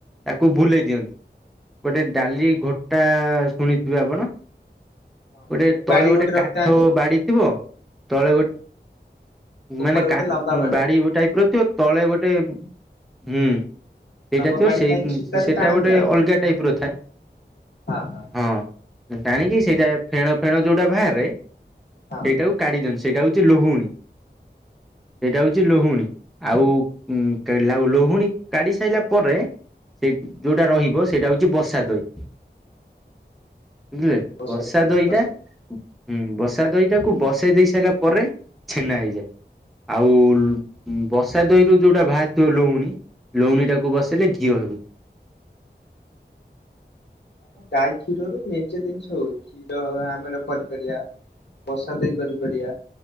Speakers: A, in the centre; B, on the left.
A: ତାକୁ ବୁଲେଇ ଦିଅନ୍ତି, ଗୋଟେ ଡାଲି ଘୋଟା ଶୁଣିଥିବେ ଆପଣ?
B: ହଁ
A: ଗୋଟେ
B: ସେ
A: ତଳେ
B: ବାଡି
A: ଗୋଟେ
B: ରଖିଥାନ୍ତି
A: କାଠ ବାଡି ଥିବ ତଳେ ଗୋ
B: ଉପରେ
A: ମାନେ
B: ଗୋଟେ
A: କା-
B: ଲମ୍ବା
A: ଉଁ, ବାଡି ଗୋଟାଏ ପଡିଥିବ ତଳେ ଗୋଟେ ହୁଁ, ସେଇଟା
B: ଲମ୍ବା
A: ଥିବ,
B: ବାଡି
A: ସେଇ
B: ଥାଇକି
A: ଉଁ,
B: ସୂତାରେ
A: ସେଟା
B: ଟାଣନ୍ତି
A: ଗୋଟେ
B: ଆଉ।
A: ଅଲଗା ଟାଇପ୍ ର ଥାଏ
B: ହଁ ହଁ।
A: ହଁ। ଟାଣିକି ସେଇଟା ଫେଣ ଫେଣ ଯୋଉଟା ବାହାରେ
B: ହଁ
A: ସେଇଟାକୁ କାଢି ଦିଅନ୍ତି ସେଇଟା ହଉଛି ଲହୁଣୀ, ସେଇଟା ହଉଛି ଲହୁଣୀ। ଆଉ ଉଁ, କେଲା ଆଉ ଲହୁଣୀ କାଢି ସାଇଲା ପରେ ସେଇ ଯୋଉଟା ରହିବ ସେଇଟା ହଉଚୁ ବସା ଦଇ। ବୁଝିଲେ?
B: ବସନ୍ତୁ
A: ସା ଦଇଟା,
B: ବସନ୍ତୁ।
A: ଉ, ଉଁ, ବସା ଦଇଟାକୁ ବସେଇ ଦେଇ ସାଇଲା ପରେ ଛେନା ହେଇଯାଏ। ଆଉ ଉଁ, ବସା ଦଇରୁ ଯୋଉଟା ଭାରିଥିବ ଲହୁଣୀ ଲୁଣୀଟାକୁ ବସେଇଲେ ଘିଅ ହେଉ।
B: ଆମ ଗାଈ କ୍ଷୀରରୁ ମେଞ୍ଚେ ଦିନିଷ ହୁଏ, କ୍ଷୀର ଆମର କରିପାରିବା। ବସା ଦଇ କରିପାରିବା,